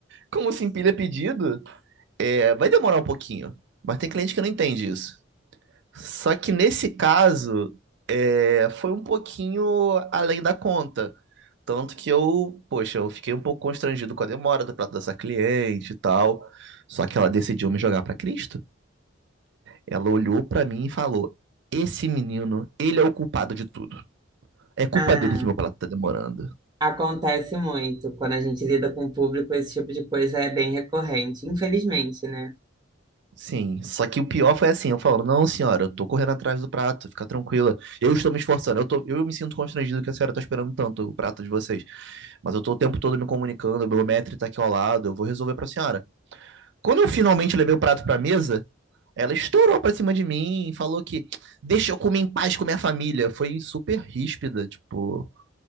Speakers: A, on the right; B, on the right.
A: Como se empilha pedido, é, vai demorar um pouquinho. Mas tem cliente que não entende isso. Só que nesse caso, é, foi um pouquinho além da conta. Tanto que eu, poxa, eu fiquei um pouco constrangido com a demora do prato dessa cliente e tal. Só que ela decidiu me jogar pra Cristo. Ela olhou pra mim e falou: Esse menino, ele é o culpado de tudo. É culpa
B: Ah,
A: dele que meu prato tá demorando.
B: acontece muito. Quando a gente lida com o público, esse tipo de coisa é bem recorrente, infelizmente, né?
A: Sim, só que o pior foi assim, eu falo, não, senhora, eu tô correndo atrás do prato, fica tranquila. Eu estou me esforçando, eu tô, eu me sinto constrangido que a senhora tá esperando tanto o prato de vocês. Mas eu tô o tempo todo me comunicando, o Belmetri tá aqui ao lado, eu vou resolver pra senhora. Quando eu finalmente levei o prato pra mesa, ela estourou pra cima de mim e falou que deixa eu comer em paz com minha família. Foi super ríspida, tipo.